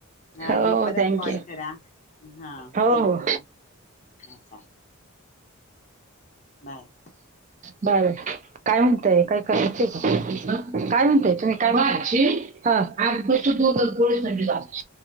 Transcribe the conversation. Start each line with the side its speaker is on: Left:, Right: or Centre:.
Left: आणि
Right: हो
Left: परत
Right: थँक्यू
Left: कॉल करा, हा
Right: हो
Left: थँक्यू
Right: हो
Left: मॅम, ह चालेल. बाय.
Right: बाय. काय म्हणताय, काय करायचं, का काय म्हणताय, तुम्ही काय म्हण- ह आठपैकी दोनच पोळीसन भिजास.